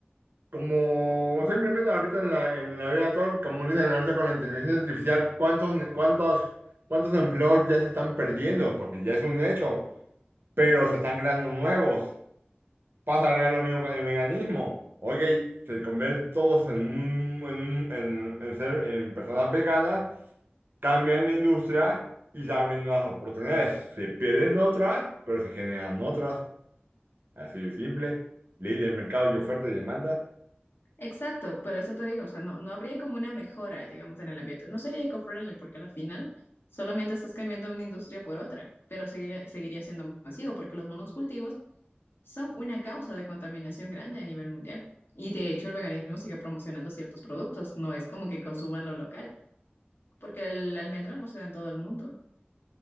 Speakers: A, on the right; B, on the left.
A: como simplemente ahorita en la, en la vida actual, como dicen ahorita con la inteligencia artificial, cuántos, ne- cuántos, cuántos empleos ya se están perdiendo, porque ya es un hecho, pero se están creando nuevos. Pasará lo mismo con el veganismo. Oye, se convierten todos en, un- en, un- en, en ser, en personas veganas, cambian la industria y se abren nuevas oportunidades. Se pierden otras, pero se generan otras. Así de simple. Ley del mercado y oferta y demanda.
B: Exacto, pero eso te digo, o sea, no, no habría como una mejora, digamos, en el ambiente. No sería eco-friendly porque al final solamente estás cambiando una industria por otra, pero seguiría, seguiría siendo masivo porque los monocultivos son una causa de contaminación grande a nivel mundial. Y de hecho el veganismo sigue promocionando ciertos productos, no es como que consuman lo local, porque el almendra no se da en todo el mundo,